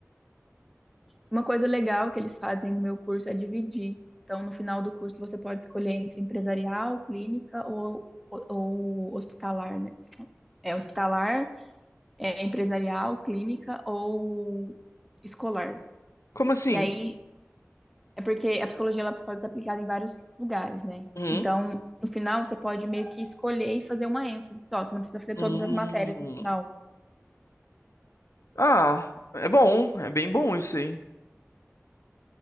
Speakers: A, in the centre; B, on the left (about 75°).
A: Uma coisa legal que eles fazem no meu curso é dividir. Então, no final do curso, você pode escolher entre empresarial, clínica ou, ou- ou hospitalar, né? É hospitalar, é empresarial, clínica ou escolar.
B: Como assim?
A: E aí, é porque a psicologia ela pode ser aplicada em vários lugares, né?
B: Hum,
A: Então, no final, você pode meio que escolher e fazer uma ênfase só. Você não precisa fazer
B: hum.
A: todas as matérias no final.
B: Ah, é bom, é bem bom isso aí.